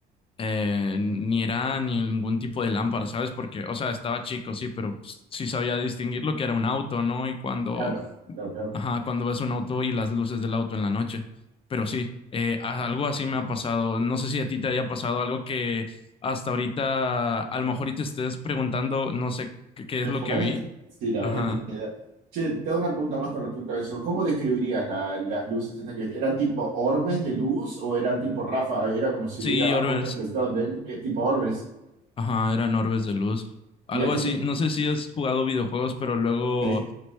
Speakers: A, on the left; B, on the right.
A: eh, ni era ni ningún tipo de lámpara, ¿sabes? Porque, o sea, estaba chico, sí, pero pues, sí sabía distinguir lo que era un auto, ¿no? Y cuando,
B: Claro, claro, claro.
A: ajá, cuando ves un auto y las luces del auto en la noche. Pero sí, eh, a- algo así me ha pasado. No sé si a ti te haya pasado algo que hasta ahorita, a lo mejor y te estés preguntando, no sé qué, qué
B: ¿Qué
A: es lo
B: fue?
A: que vi.
B: Sí, la
A: Ajá.
B: verdad que... Che, te hago una pregunta más con respecto a eso. ¿Cómo describirías la- las luces estas que eran tipo orbes de luz o eran tipo ráfaga? Era como si
A: Sí,
B: hubiera
A: Orbers.
B: un reflector dentro, eh, tipo orbes.
A: Ajá, eran orbes de luz. Algo
B: ¿Y a qué
A: así. No sé si has jugado videojuegos, pero luego
B: distancia?